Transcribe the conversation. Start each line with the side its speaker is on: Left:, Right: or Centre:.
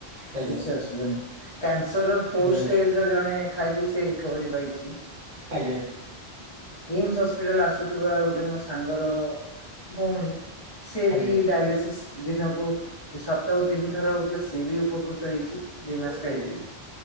Right: ଆଜ୍ଞା
Left: କିଛି ଅସୁ କ୍ୟାନ୍ସର୍ ର ଫୋର୍
Right: ନିହାତି
Left: ଷ୍ଟେଜ୍‌ ଜଣେ ଖାଇକି, ସେ ରିକଭରି ପାଇଚି।
Right: ଆଜ୍ଞା
Left: କିମ୍ସ ହସ୍ପିଟାଲ୍‌ ଆସୁଥିବା। ଗୋଟେ ସାଙ୍ଗର ଭଉଣୀ ସିଏବି
Right: ଆଜ୍ଞା
Left: ଡ଼ାଇଲେସେସ୍‌। ଦିନକୁ ସପ୍ତା--କୁ ତିନି ଥର ହଉଥିଲା, ସିଏ ବି ଉପକୃତ ହେଇଚି। ଦି ମାସ୍‌ ଖାଇକି,
Right: ଆଜ୍ଞା